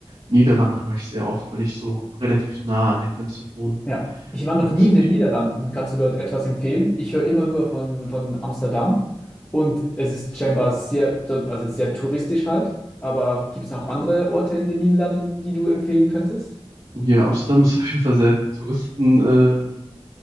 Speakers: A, on the right; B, on the left.
A: Niederlande war ich sehr oft, weil ich so relativ nah an der Grenze wohne.
B: ja. Ich war noch
A: Da gibt
B: nie
A: es
B: in
A: echt.
B: den Niederlanden. Kannst du dort etwas empfehlen? Ich höre immer nur von, von Amsterdam und es ist scheinbar sehr, dort, also sehr touristisch halt. Aber gibt es noch andere Orte in den Niederlanden, die du empfehlen könntest?
A: hier Amsterdam ist auf jeden Fall sehr Touristen, ähm,